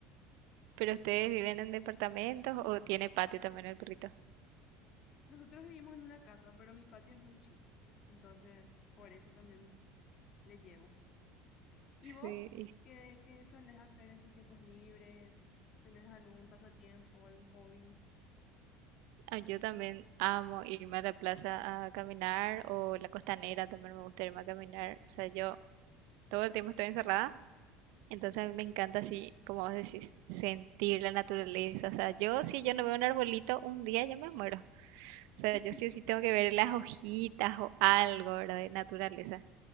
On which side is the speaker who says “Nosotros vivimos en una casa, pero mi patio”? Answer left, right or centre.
Left